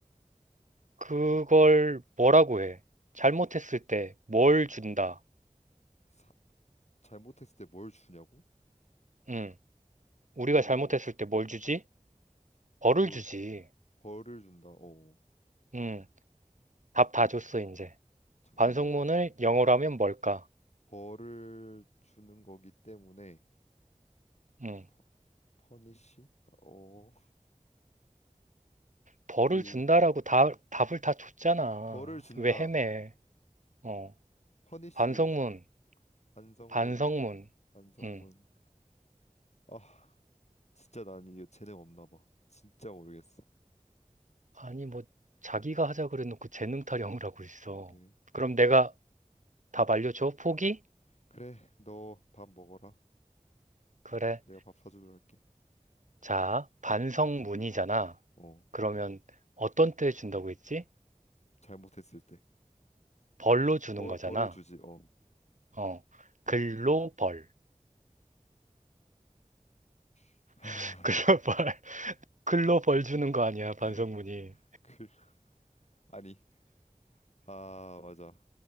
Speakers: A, on the right; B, on the left.
A: 그걸 뭐라고 해? 잘못했을 때 뭘 준다?
B: 사- 잘못했을 때 뭘 주냐고?
A: 음, 우리가
B: 오,
A: 잘못했을 때 뭘 주지? 벌을
B: 뭘,
A: 주지.
B: 벌을 준다. 어,
A: 음, 답 다 줬어, 이제.
B: 잠깐만.
A: 반성문을 영어로 하면 뭘까?
B: 벌을 주는 거기 때문에
A: 음,
B: 퍼, 퍼니시? 어,
A: 벌을
B: 그
A: 준다라고 다, 답을 다 줬잖아.
B: 벌을 준다.
A: 왜 헤매? 어,
B: 퍼니시유.
A: 반성문,
B: 반성문,
A: 반성문.
B: 반성문.
A: 음,
B: 아, 진짜 난 이거 재능 없나 봐. 진짜 모르겠어.
A: 아니, 뭐, 자기가 하자 그래놓고 재능 타령을 하고 있어.
B: 그러게.
A: 그럼 내가 답 알려줘? 포기?
B: 그래, 너 밥 먹어라.
A: 그래.
B: 내가 밥 사주도록 할게.
A: 자, 반성문이잖아.
B: 어,
A: 그러면 어떤 때 준다고 했지?
B: 잘못했을 때.
A: 벌로 주는
B: 벌,
A: 거잖아.
B: 벌을 주지. 어.
A: 어, 글로 벌.
B: <sighs> 하,
A: <laughs> 글로 벌. 글로 벌 <laughs> 주는 거 아니야, 반성문이.
B: 클, 클. 아니. 아, 맞아.